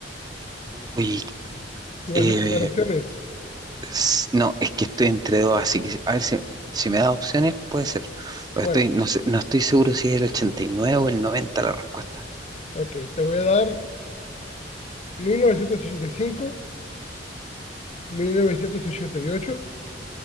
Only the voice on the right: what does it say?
Uy,
eh,
S- No, es que estoy entre dos, así que a ver si, si me das opciones, puede ser. O estoy,
no sé- no estoy seguro si es el 89 o el 90 la respuesta.